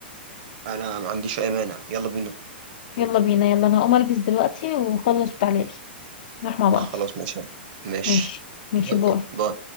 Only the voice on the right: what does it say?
انا ما عنديش اي مانع يلا بينا
خلاص ماشي ماشي
يلا
باي